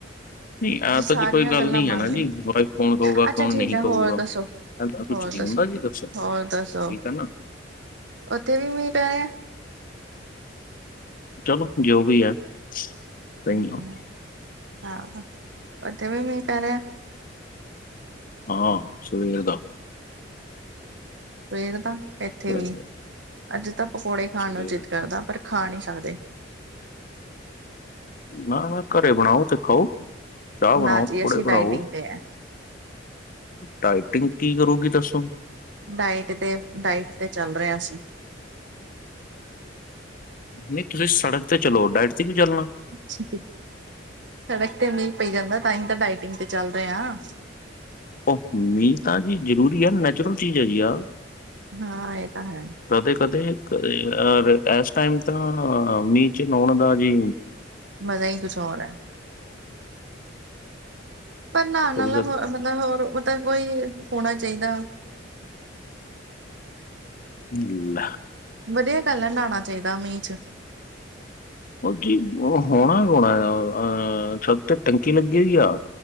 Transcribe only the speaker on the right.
ਜੀ ਸਾਰੀਆਂ
ਗੱਲਾਂ
ਮੰਨ
ਲਈ,
ਅੱਛਾ
ਠੀਕ
ਹੈ
ਹੋਰ ਦੱਸੋ ਹੋਰ
ਦੱਸੋ,
ਹੋਰ ਦੱਸੋ
ਉੱਥੇ ਵੀ ਮੀਂਹ ਪੈ ਰਹੇ ਆ
ਹ
ਹਹ ਓਥੇ ਵੀ ਮੀਂਹ ਪੈ ਰਿਹਾ।
ਸਵੇਰ ਦਾ, ਇੱਥੇ
ਵੀ, ਅੱਜ ਤਾਂ ਪਕੌੜੇ ਖਾਣ
ਨੂੰ ਚਿੱਤ ਕਰਦਾ ਪਰ ਖਾ ਨੀ ਸਕਦੇ।
ਨਾ ਜੀ
ਅਸੀਂ
ਡਾਇਟਿੰਗ ਤੇ ਹੈ
ਡਾਇਟ ਤੇ, ਡਾਇਟ ਤੇ ਚੱਲ ਰਿਹਾ ਸੀ।
ਸ ਸੜਕ ਤੇ ਨਹੀ ਪਈ ਜਾਂਦਾ ਤਾਂਹੀ ਤਾਂ ਡਾਇਟਿੰਗ ਤੇ ਚੱਲ ਰਹੇ ਹਾਂ।
ਹਾਂ ਇਹ ਤਾਂ ਹੈ।
ਮਜ਼ਾ ਈ ਕੁਛ ਔਰ ਹੈ। ਪਰ ਨਹਾਉਣ
ਨਾਲਾ
ਹੋ ਮਤਲਬ ਹੋਰ ਮਤਲਬ ਕੋਈ ਹੋਣਾ ਚਾਹੀਦਾ।
ਵਧੀਆ ਗੱਲ ਐ ਨਹਾਉਣਾ ਚਾਹੀਦਾ ਮੀਂਹ 'ਚ।